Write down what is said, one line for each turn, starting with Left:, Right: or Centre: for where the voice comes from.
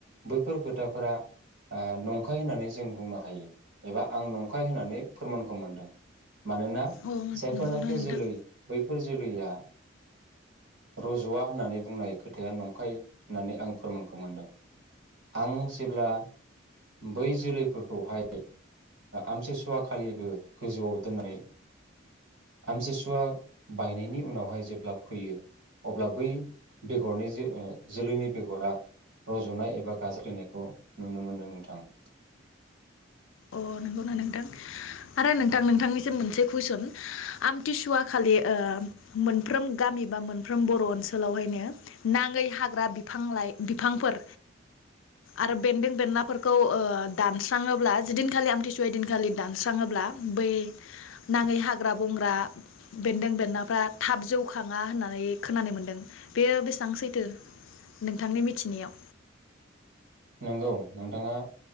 Right: बैफोर खोथाफोरा ओ नंखाय होननानै जों बुंनो हायो एबा आं नंखाय होननानै फोरमानखौ मोनदों । मानोना
Left: अ
Right: जायफोरनाखि
Left: नंगौना नोंथां
Right: जोलै बैफोर जोलैया रज'वा होननानै बुंनाय खोथाया नंखाय होननानै आं फोरमानखौ मोनदों । आं जेब्ला बै जोलैफोरखौहाय आमथिसुवा खालिबो गोजौआव दोननानै आमथिसुवा बायनायनि उनावहाय जेब्ला फोयो अब्ला बै बेगरनि जे-जोलैनि बेगरा रज'नाय एबा गाज्लायनायखौ नुनो मोनदों नोंथां ।
Left: अ नोंगौना नोंथां आरो नोंथां नोंथांनिसिम मोनसे कुइसन आमथिसुवा खालि ओ मोनफ्रोम गामि बा मोनफ्रोम बर' ओनसो नसोलावहायनो नाङै हाग्रा बिफां लाय बिफांफोर आरो बेन्दों बेनलाफोरखौ ओ दानस्रांङोब्ला जैदिनखालि आमथिसुवै दिनखालि दानस्राङोब्ला बै नाङै हाग्रा बंग्रा बेन्दों बेननाफ्रा थाब जौखाङा होननानै खोनानो मोनदों बेयो बेसां सैथो नोंथांनि मिथिनायाव?
Right: नोंगौ नोंथाङा